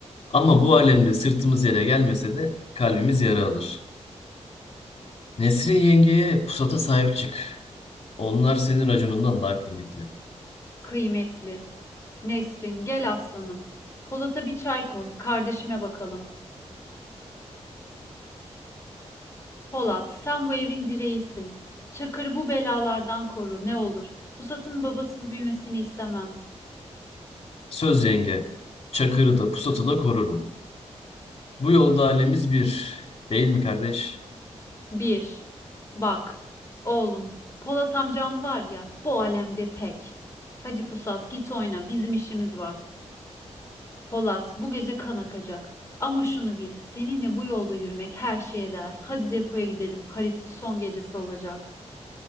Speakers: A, on the left; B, on the left.
A: Ama bu alemde sırtımız yere gelmese de kalbimiz yara alır. Nesrin yengeye pusata sahip çık. Onlar senin raconundan daha kıymetli.
B: Kıymetli. Nesrin, gel aslanım. Polat'a bir çay koy, kardeşime bakalım. Polat, sen bu evin direğisin. Çakır'ı bu belalardan koru ne olur. Pusat'ın babasız büyümesini istemem.
A: Söz yenge, çakırı da pusatı da korurum. Bu yolda alemiz bir, değil mi kardeş?
B: Bir, bak, oğlum, Polat amcam var ya, bu alemde tek. Hadi Pusat, git oyna, bizim işimiz var. Polat, bu gece kan akacak. Ama şunu bil, seninle bu yolda yürümek her şeye değer. Hadi depoya gidelim, Halit'in son gecesi olacak.